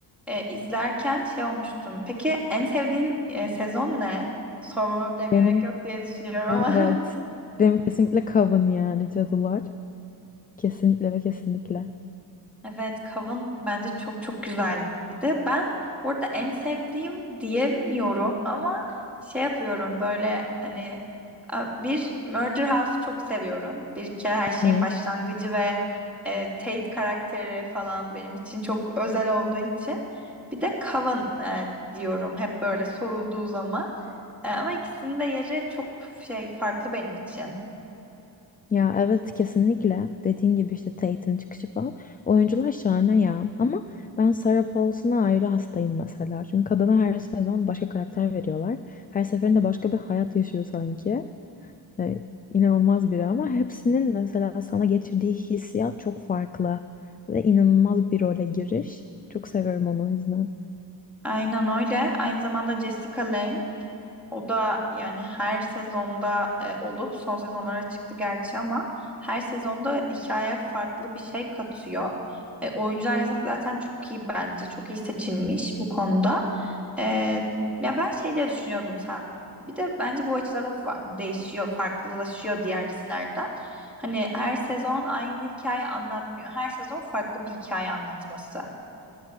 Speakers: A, in the centre; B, on the left.
A: Ee, izlerken şey olmuştum. Peki en sevdiğin e, sezon ne? Sormama bile gerek
B: Benim
A: yok diye düşünüyorum ama.
B: evet.
A: <laughs>
B: Benim kesinlikle kavun yani cadılar. Kesinlikle ve kesinlikle.
A: Evet, Kav'ın bence çok çok güzeldi. Ben burada en sevdiğim diyemiyorum ama şey yapıyorum böyle hani a- bir Murder House'u çok seviyorum. Bir kere her şeyin
B: Hı.
A: başlangıcı ve e, Tate karakteri falan benim için çok özel olduğu için. Bir de Kav'ın e, diyorum hep böyle sorulduğu zaman. E, ama ikisinin de yeri çok şey farklı benim için.
B: Ya evet kesinlikle. Dediğin gibi işte Tate'in çıkışı falan. Oyuncular şahane ya. Ama ben Sarah Paulson'a ayrı hastayım mesela. Çünkü kadına her sezon başka karakter veriyorlar. Her seferinde başka bir hayat yaşıyor sanki. E, inanılmaz biri ama hepsinin mesela sana geçirdiği hissiyat çok farklı ve inanılmaz bir role giriş. Çok seviyorum onu o yüzden.
A: Aynen öyle. Aynı zamanda Jessica Lange O da yani her sezonda e, olup son sezonlara çıktı gerçi ama her sezonda hikayeye farklı bir şey katıyor. E, oyuncular yazık zaten çok iyi bence. Çok iyi seçilmiş bu konuda. E, ya ben şey de düşünüyordum sen. Bir de bence bu açıda da fa- değişiyor, farklılaşıyor diğer dizilerden. Hani her sezon aynı hikaye anlatmıyor. Her sezon farklı bir hikaye anlatması.